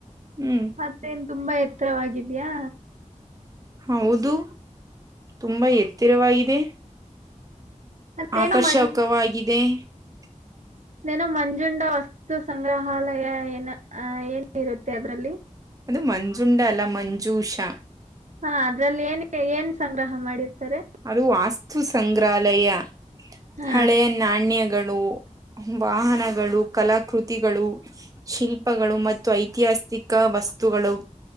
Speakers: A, on the right; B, on the right.
A: ಹ್ಮ್.
B: ಮತ್ತೇನ್ ತುಂಬಾ ಎತ್ತರವಾಗಿದ್ಯಾ.
A: ಹೌದು ತುಂಬಾ ಎತ್ತಿರವಾಗಿದೆ.
B: ಮತ್ತೇನ
A: ಆಕರ್ಷಕವಾಗಿದೆ
B: ಮನ್
A: <inaudible>
B: ಏನೋ ಮಂಜುಂಡ ವಸ್ತು ಸಂಗ್ರಹಾಲಯ ಏನ ಅ ಏನ ಇರುತ್ತೆ ಅದರಲ್ಲಿ.
A: ಅದು ಮಂಜುಂಡ ಅಲ್ಲ ಮಂಜೂಷಾ.
B: ಹಾ ಅದ್ರಲ್ಲಿ ಏನ್ ಏನ್ ಸಂಗ್ರಹ ಮಾಡಿರ್ತಾರೆ.
A: ಅದು ವಾಸ್ತು ಸಂಗ್ರಹಾಲಯ
B: ಹಾ
A: ಹಳೆಯ ನಾಣ್ಯಗಳು. ವಾಹನಗಳು ಕಲಾಕೃತಿಗಳು. ಶಿಲ್ಪಗಳು ಮತ್ತು ಐತಿಹಾಸಿಕ ವಸ್ತುಗಳು.